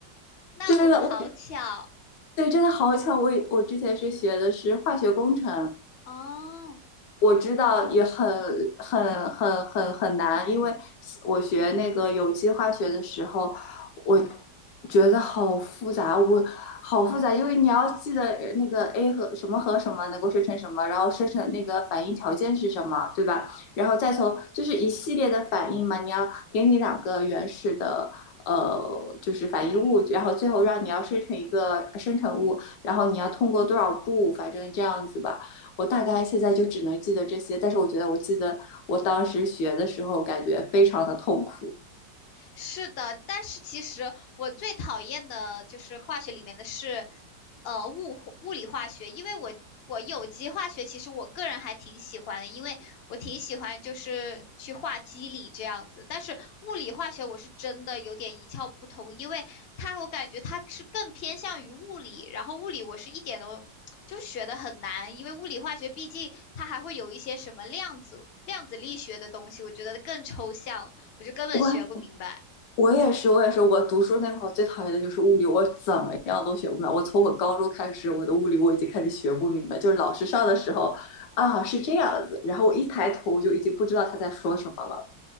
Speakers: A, on the left (about 60°); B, on the left (about 75°).
A: 那我们好巧
B: 真的，我对，真的好巧，我我之前是学的是化学工程。但。
A: 哦。
B: 我知道也很很很很很难，因为我学那个有机化学的时候，我觉得好复杂，我好复杂，因为你要记得那个 A 和什么和什么能够生成什么，然后生成那个反应条件是什么，对吧？然后再从就是一系列的反应嘛，你要给你两个原始的。呃，就是反应物，然后最后让你要生成一个生成物，然后你要通过多少步，反正这样子吧。我大概现在就只能记得这些，但是我觉得我记得我当时学的时候，感觉非常的痛苦。
A: 是的，但是其实我最讨厌的就是化学里面的是，呃，物化物理化学，因为我我有机化学其实我个人还挺喜欢的，因为我挺喜欢就是去画机理这样子，但是物理化学我是真的有点一窍不通，因为它我感觉它是更偏向于物理，然后物理我是一点都 <tsk> 就学的很难，因为物理化学毕竟它还会有一些什么量子量子力学的东西，我觉得更抽象了我就根本学不明白。
B: 我我也是，我也是，我读书那会儿最讨厌的就是物理，我怎么样都学不明白。我从我高中开始，我的物理我已经开始学不明白，就是老师上的时候啊是这样子，然后我一抬头就已经不知道他在说什么了。